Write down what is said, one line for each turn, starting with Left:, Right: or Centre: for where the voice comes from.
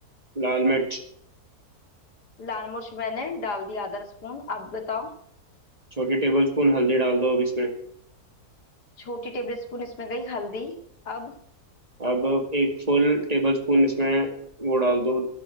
Right: लाल मिर्च
Left: लाल मिर्च मैंने डाल दी आधा स्पून अब बताओ
Right: छोटी टेबल स्पून हल्दी डाल दो अब इसमें
Left: छोटी टेबल स्पून इसमें गई हल्दी अब
Right: अब एक फुल टेबल स्पून इसमें वो डाल दो